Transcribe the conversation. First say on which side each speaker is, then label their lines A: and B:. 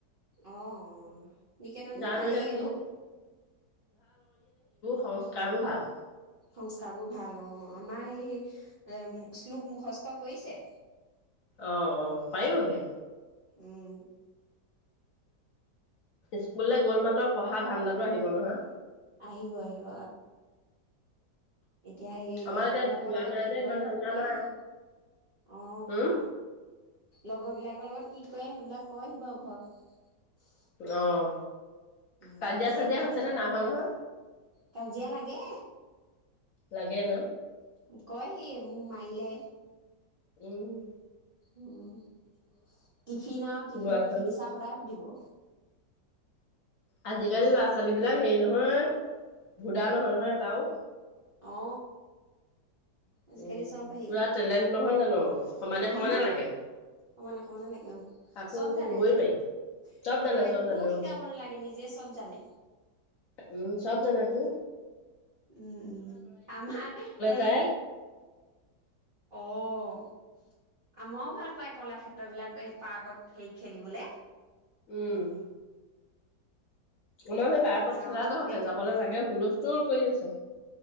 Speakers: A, on the right; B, on the left.
A: অ নিকেতন বোৰ
B: জানো
A: ভালেই
B: এতিয়া কি
A: অ।
B: হয় সংস্কাৰ বোৰ ভাল।
A: সংস্কাৰ বোৰ ভাল অ আমাৰ এইেই এ শ্লোক মুখস্থ কৰিছে।
B: অ অ পাৰিবগে।
A: উম।
B: স্কুললৈ গ'ল মাতৰ পঢ়া ধান্দাো আহিব নহয়।
A: আহিব আহিব এতিয়া হে
B: আমাৰ
A: লগৰ
B: এতিয়া
A: বিলাকৰ
B: যোৱা
A: লগত
B: নাই
A: কি
B: যে ইমান
A: ক সেইবোৰ
B: ধান্দা
A: কয়হি
B: নাই
A: অ।
B: উম
A: লগৰ বিলাকৰ লগত কি কৰে সেইবিলাক কয়হি বাৰু ঘৰত।
B: অহ।
A: উম,
B: কাজিয়া
A: তাকে
B: চাজিয়া হৈছে ন না মানুহৰ।
A: কাজিয়া লাগে।
B: লাগে ন।
A: কয় সি মোক মাৰিলে।
B: উম
A: উম। টিফিন আৰু টিফিনত
B: ল'ৰা ছোৱালী
A: কি দিছা সদায় সুধিব।
B: আজিকালি ল'ৰা ছোৱালী বিলাক হেৰি নহয় ভুদা নহয় নহয় এটাও।
A: অ। আজিকালি
B: উম
A: চব হেৰি
B: পুৰা টেলেণ্ট নহয় জানো সমানে
A: উম
B: সমানে লাগে
A: সমানে সমানে লাগে আৰু
B: কাকো
A: চব
B: একো
A: জানে
B: কবই
A: আজিকালি
B: নাইি চব জানে
A: আৰু একো
B: চব জানে
A: শিকাব
B: উ
A: নালাগে নিজে চব জানে
B: উম চব জানে। উ।
A: উম উম আমাৰ সেই।
B: যায়
A: অ আমাৰও ভাল পায় কলাক্ষেত্ৰ বিলাক এই পাৰ্কত সেই খেলিবলে।
B: উম। আমাৰ সেই পাৰ্কত
A: যাওঁ
B: খেলা
A: যাওঁ
B: যহাতে
A: কৈয়ে থাকে
B: যাবলৈ লাগে হুলুস্থ তুৰ। কৈ আছা।